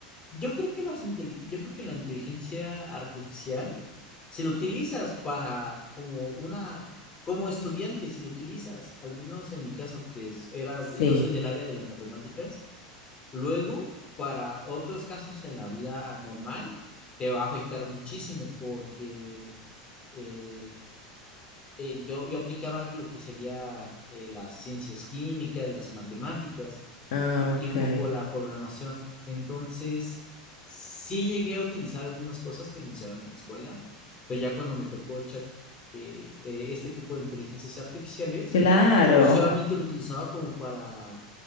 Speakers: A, on the left; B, on the left.
A: Yo creo que las inteli- yo creo que la inteligencia artificial, si lo utilizas para como una, como estudiante, si lo utilizas, al menos en mi caso, que es, era,
B: Sí,
A: yo soy del área de las matemáticas, luego para otros casos en la vida normal, te va a afectar muchísimo porque el, eh, yo, yo aplicaba lo que sería eh, las ciencias químicas, las matemáticas
B: ah,
A: y,
B: ok.
A: y un poco la programación. Entonces, sí llegué a utilizar algunas cosas que mencionan en la escuela, pero ya cuando me tocó chat, eh, eh, este tipo de inteligencias artificiales,
B: Claro.
A: solamente lo utilizaba como para